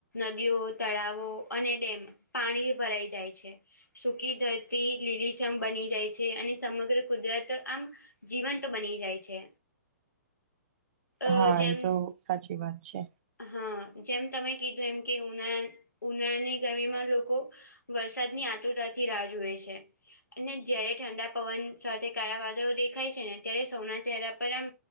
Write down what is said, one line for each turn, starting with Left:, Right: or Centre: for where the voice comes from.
Left: નદીઓ તળાવો અને ડેમ પાણી ભરાઈ જાય છે. સુૂકી ધરતી લીલીચમ બની જાય છે અને સમગ્ર કુદરત આમ જીવંત બની જાય છે. અ
Right: હા
Left: જેમ
Right: એ તો સાચી વાત છે.
Left: હા જેમ તમે કીધું એમ કે ઉનાા ઉનાળાની ગરમીમાં લોકો વરસાદની આતુરતાથી રાહ જોુએ છે. અને જયારે ઠંડા પવન સાથે કાળા વાદળો દેખાય છેને, ત્યારે સૌના ચહેરા પર આમ